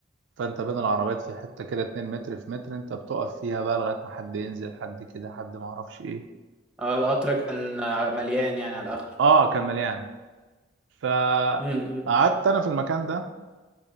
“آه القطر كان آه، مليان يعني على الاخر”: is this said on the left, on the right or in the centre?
Centre